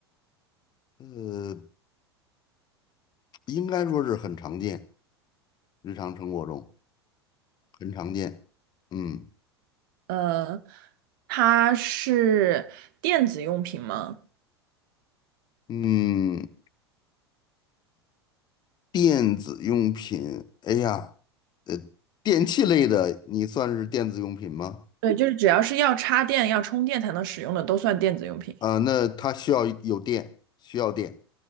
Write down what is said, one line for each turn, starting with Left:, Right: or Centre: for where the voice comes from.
Left: 呃，应该说是很常见，日常生活中很常见。嗯
Right: 呃，它是电子用品吗？
Left: 嗯。电子用品，哎呀，呃，电器类的，你算是电子用品吗？
Right: 对，就是只要是要插电、要充电才能使用的，都算电子用品。
Left: 啊、那它需要有电，需要电。